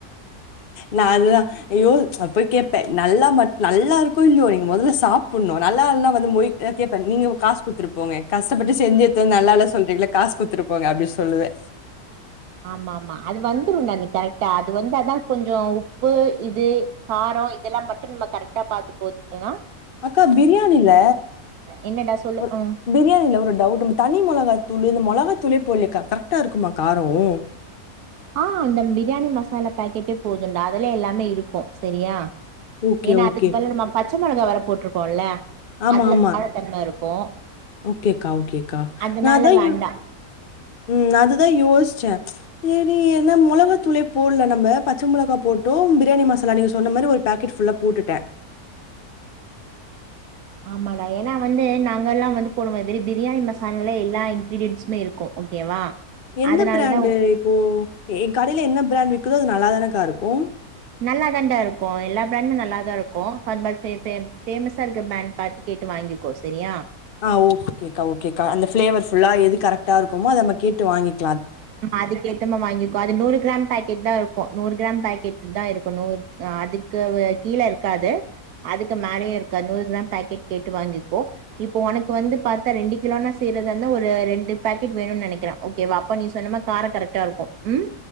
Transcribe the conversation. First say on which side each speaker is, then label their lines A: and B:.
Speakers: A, on the left; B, on the right.
A: நான் அதுதான் யோ நான் போய் கேட்பன் நல்லா ம நல்லா இருக்கோ இல்லையோ நீங்க முதல்ல சாப்பிடணும் நல்லா இருந்தா வந்து மொய் கேப்பேன் நீங்க காசு குத்துருப்போங்க கஷ்டப்பட்டு செஞ்சு எ நல்லா இள சொல்றீங்கள காசு குத்துருப்போங்க அப்படின்னு சொல்லுவேன்
B: ஆமா ஆமா அது வந்துரும்ண்டா நீ கரெக்டா அது வந்து அதான் கொஞ்சம் உப்பு இது காரம் இதெல்லாம் மட்டும் நம்ம கரெக்டா பாாரத்து போத்துட்டோ தான்
A: அக்கா பிரியாணி இல
B: என்னடா சொல்லு
A: ஒரு
B: ம்
A: பிரியாணி இல்ல ஒரு டவுட் தனி மிளகா தூள் இந்த மிளகா தூளே போல கரெக்டா இருக்குமா காரம்
B: ஆஹ் அந்த பிரியாணி மசாலா பாக்கெட்டே போதும்ண்டா அதுலே எல்லாமே இருக்கும் சரியா
A: ஓகே,
B: ஏனா
A: ஓகே.
B: அதுக்கு பதில் <unintelligible> ச்ச மொளகா வேற போட்ருக்கோல்ல
A: ஆம
B: அதுல
A: ஆமா
B: காரத்தன்ம இருக்கு
A: ஓகேக்கா ஓகேக்கா
B: அதனால
A: நா அதா
B: வேண்டா
A: யோ ம் அதுதா யோஸ்ச்சே ஏரி என்ன மொளகா தூளே போல்ல நம்ப பச்ச மொளகா போட்டோம் பிரியாணி மசாலா நீங்க சொன்ன மாரி ஒரு பேக்கெட் ஃபுல்லா போட்டுட்டே
B: ஆமாடா ஏனா வந்து நாங்க எல்லா வந்து போடும்ப வெரி பிரியாணி மசாங்களே எல்லா இன்கிரீடியன்ட்ஸுமே இருக்கூ ஓகேவா
A: எந்த
B: அதனாலதா
A: பிராண்டு இப்போ எ எக் கடையில என்னப் பிராண்ட் விக்குதோ அது நல்லாதானக்காருக்கூ
B: நல்லா தாண்டா இருக்கூ எல்லா பிராண்ட்மே நல்லாதா இருக்கூ <unintelligible> ஃபேமஸா இருக்க பிராண்ட் பாத்து கேட்டு வாங்கிக்கோ செரியா
A: ஆ ஓகே கேக்கா ஓகேக்கா அந்த ஃபிளேவர் ஃபுல்லா எது கரெக்டா இருக்குமோ அத நம்ம கேட்டு வாங்கிக்
B: ம் அதுக்கேத்தமா வாங்கிக்கோ அது நூறு கிராம் பேக்கெட் தா இருக்கு நூறு கிராம் பேக் கெட்டு தா இருக்கு நூத் அதுக்குவு கீழ இருக்காது அதுக்கு மேலயு இருக்கா நூறு கிராம் பேக்கெட் கேட்டு வாங்கிக்கோ இப்ப ஒனக்கு வந்து பாத்தா ரெண்டு கிலோனா செய்றதன்ன ஒரு ரெண்டு பேக்கெட் வேணுன் நெனைக்கிறே ஓகேவா அப்ப நீ ஸ் சொன்னமா காரொ கரெக்ட்டா இருக்கு உம்